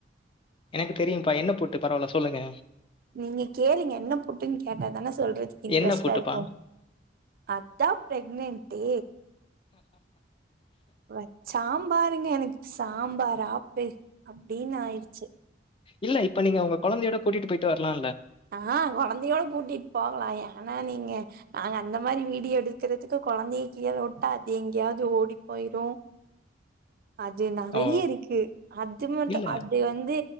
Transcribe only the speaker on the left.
எனக்கு தெரியும்ப்பா என்ன பூட்டு பரவால்ல சொல்லுங்க
என்ன பூட்டுப்பா?
இல்ல இப்ப நீங்க உங்க கொழந்தையோட கூட்டிட்டு போய்ட்டு வர்லால்ல
ஓ!
இல்ல.